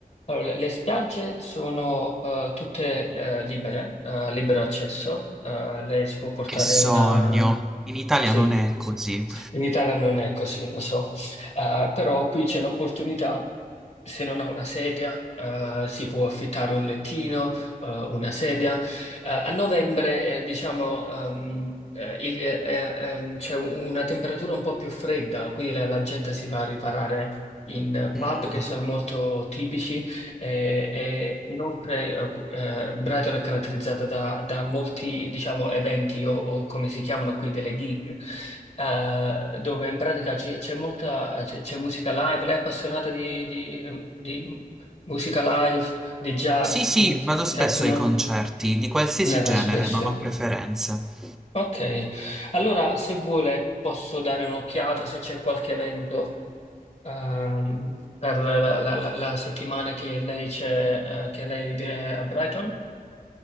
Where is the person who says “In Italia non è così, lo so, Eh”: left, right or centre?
Left